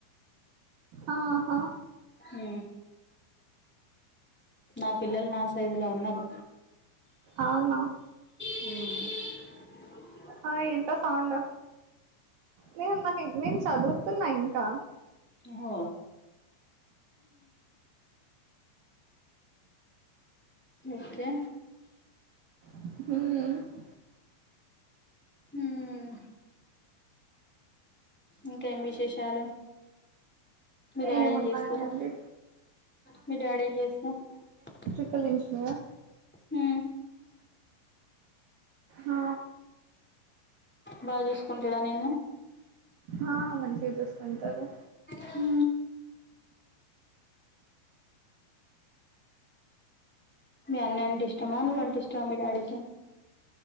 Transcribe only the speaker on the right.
ఆహా
అవున
ఆ ఏంటా సౌండ్ నేను, నాకు నేను చదువుతున్నా ఇంకా.
<inaudible>
ఏమున్నాయండి
<unintelligible> ఇంచినవా
ఆ
ఆ మంచిగా చూసుకుంటారు